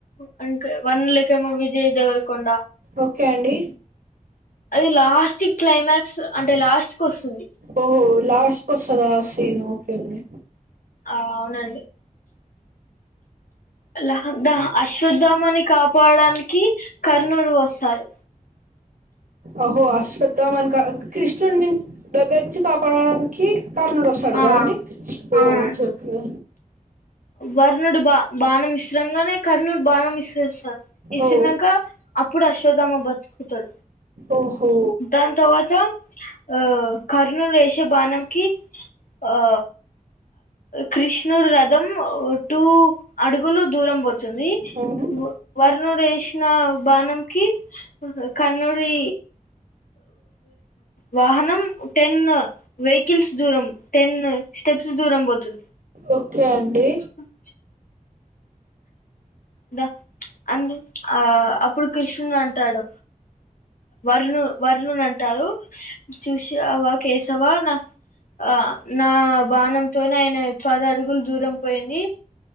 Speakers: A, on the left; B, on the right.
A: వన్ కే వన్ లేకెమొ విజయ్ దేవర్కొండ
B: ఒక్కే అండి
A: అది లాస్టి క్లైమాక్స్ అంటె లాస్ట్కొస్తుంది
B: ఓహొ లాస్ట్ కొస్తదా ఆ సీన్ ఒక్కే అండి
A: ఆ ఔనండి. అలా రబ్బా అశ్వద్దామని కాపాడాన్కి కర్ణుడు వస్తాడ్
B: అహో అశ్వత్థమాన్ కా కృిష్ణున్ని దగ్గర్నుంచి కాపాడడానికి కర్ణుడొస్తాడు
A: ఆ
B: కదండి ఓ
A: అవునండి
B: ఒకే ఒక్కే
A: వర్ణుడు బా బాణమిస్రంగానె కర్ణుడ్ బాణమిస్రేస్త ఇసిర్నంక
B: ఓ
A: అప్పుడు అశ్వద్దామ్మ బతుకుతడు
B: ఓహో
A: దాన్ తర్వాత ఆ కర్ణుడు ఏసే బాణంకి ఆ కృష్ణుడు రథం టూ అడుగులు దూరం బోతు చూన్ వి
B: అవును
A: వర్క్ వరుణుడు ఏసిన బాణంకి కర్ణుడి వాహనం టెన్ వెహికల్స్ దూరం టెన్ స్టెప్స్ దూరం బోతుంది
B: ఓకే అండి
A: అ చీప్ దా అందు ఆ అప్పుడు కృష్ణన్ అంటాడు వరుణ వరుణున్ అంటారు చూసావా ఆవా కేసవా నా ఆ నా బాణంతోనే ఆయన పది అడుగులు దూరం పోయింది